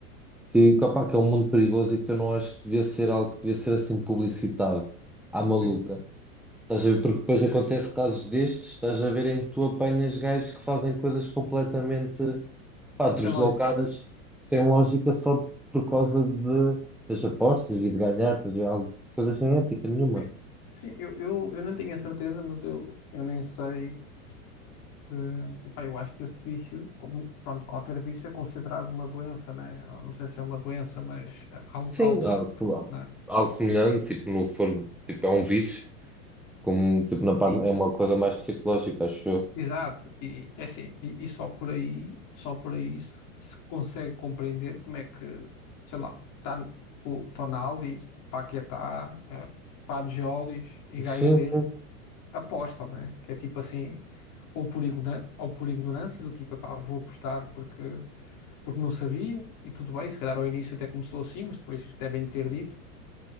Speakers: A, in the centre; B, on the left.
A: que, que, opá, que é um mundo perigoso e que eu não acho que devia ser algo que devia ser assim publicitado à maluca.
B: Sim.
A: Estás a ver? Porque depois acontece casos destes, estás a ver em que tu apanhas gajos que fazem coisas completamente pá, deslocadas,
B: Sem lógica até.
A: sem lógica, só por causa de, das apostas e de ganhar, estás a ver? Algo, coisa sem ética nenhuma.
B: sim, sim, eu, eu, eu não tenho a certeza, mas eu, eu nem sei. eh, epá, eu acho que esse vício, como, pronto, qualquer vício é considerado uma doença, né? Eu Não sei se é uma doença, mas eh, algo,
A: Sim,
B: algo semelhante,
A: há, sei lá,
B: né?
A: algo semelhante, tipo, no for, tipo, é um vício, como tipo, na parte,
B: E,
A: é uma coisa mais psicológica, acho eu.
B: Exato, e é assim, e, e só por aí, só por aí se, se consegue compreender como é que, sei lá, tá, o Tonali, Paquetá, eh, Fagiolis e gajos
A: Sim,
B: dele
A: sim.
B: apostam, né? Que é tipo assim, ou por, igna- ou por ignorância, do tipo, epá, vou apostar porque, porque não sabia, e tudo bem, se calhar ao início até começou assim, mas depois devem ter dito,